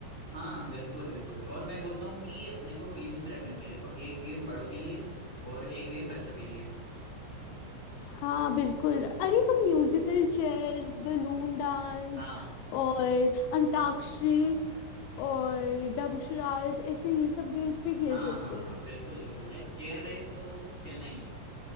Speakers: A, on the right; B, on the left.
A: हाँ बिल्कुल बिल्कुल और मैं बोलता हूँ कि अपने को गेम्स भी रखना चाहिए देखो एक गेम बड़ों के लिए और एक गेम बच्चों के लिए
B: हाँ बिल्कुल अरे हम म्यूजिकल चेयर्स बलून डांस
A: हाँ
B: और अंताक्षरी और डमशराज ऐसे ये सब गेम्स भी खेल
A: हाँ
B: सकते
A: हाँ हाँ
B: हैं
A: बिल्कुल बिल्कुल लाइक चेयर रेस तो खेलना ही है